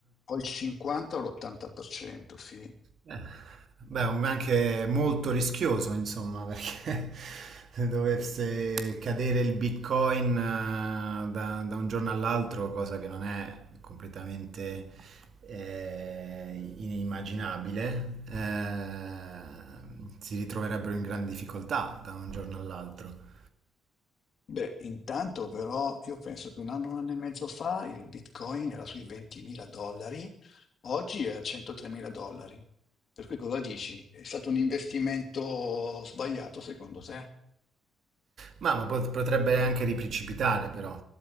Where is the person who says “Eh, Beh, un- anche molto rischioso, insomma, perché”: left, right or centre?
Right